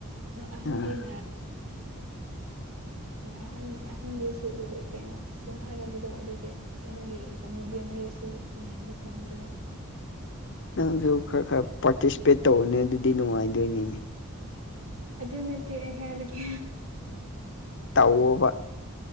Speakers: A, on the right; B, on the left.
A: ꯑꯍꯟꯒꯤꯅ
B: ꯑꯥ
A: ꯑꯍꯟ ꯑꯍꯟꯒꯤ ꯂꯣꯏ ꯀꯩꯅꯣ ꯁꯣꯝꯊꯔꯕꯗꯣ ꯑꯗꯨꯒꯤ ꯃꯣꯏꯒꯤ ꯀꯨꯝꯃꯤꯗꯤꯡꯈꯩꯁꯨ ꯌꯦꯡꯕ ꯐꯥꯝꯗ꯭ꯔꯦ
B: ꯅꯪꯁꯨ ꯈꯔ ꯈꯔ ꯄꯥꯔꯇꯤꯁꯤꯄꯦꯠ ꯇꯧꯕꯅꯦ ꯑꯗꯨꯗꯤ ꯅꯨꯡꯉꯥꯏꯗꯣꯏꯅꯤꯅꯦ
A: ꯑꯗꯨ ꯅꯠꯇ‌ꯦ ꯑꯩ ꯍꯥꯏꯕꯗꯤ
B: ꯇꯧꯋ‌ꫭꯕ